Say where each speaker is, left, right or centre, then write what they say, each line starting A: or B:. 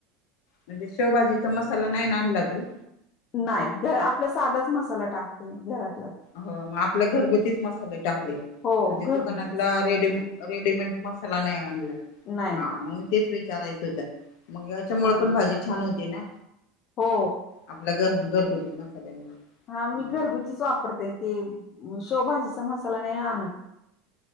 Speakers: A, on the left (about 70°); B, on the left (about 40°).
A: म्हणजे शेवभाजीचा मसाला नाही नालागू
B: नाही घ आपल्या साधाच मसाला टाकते घरात
A: ह मग आपल्या घरगुतीच मसाले टाकले म्हणजे
B: हो घरगुतीच
A: दुकानातला रेडी रेडीमेड मसाला नाही आणला
B: नाही
A: हा
B: नाही
A: मग म तेच विचारायच होत मग याच्यामुळे
B: हा
A: पण भाजी छान होती ना
B: हो
A: आपल्या घ घरगुती मसाल्यामुळे
B: हा मी घरगुतीच
A: बर
B: वापरतेय ते शवभाजीचा मसाला नाही आणत